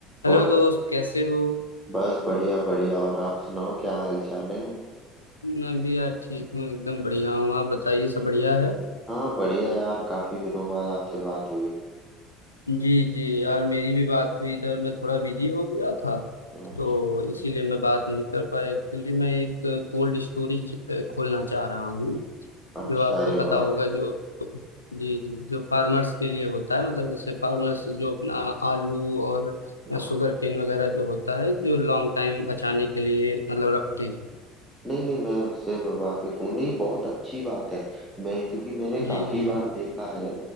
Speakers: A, in the centre; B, on the left (about 80°).
A: और
B: Hello दोस्त कैसे हो
A: बस बढ़िया बढ़िया और आप सुनाओ क्या हाल चाल है
B: मैं भी यार ठीक हूँ एकदम बढ़िया हूँ आप बताइए सब बढ़िया है
A: हाँ बढ़िया यार काफी दिनों बाद आपसे बात हुई
B: जी जी यार मेरी भी बात हुई इधर मैं थोड़ा बिजी हो गया था
A: अच्छा
B: तो इसीलिए मैं बात नहीं कर पाया एक्चुअली मैं एक कोल्ड स्टोरेज खोलना चाह रहा हूँ
A: अच्छा
B: जो आपको
A: अरे
B: पता
A: वाह
B: होगा जो जी जी जो फार्मर्स के लिए होता है मतलब जैसे फार्मर्स जो अपना आलू और
A: हाँ
B: शुगर केन वगैरह जो होता है जो लॉन्ग टाइम बचाने के लिए मतलब रखते हैं
A: नहीं नहीं मैं उससे वाकिफ हूँ नहीं बहुत अच्छी बात है मैं क्योंकि मैंने
B: जी
A: काफी
B: जी
A: बार देखा है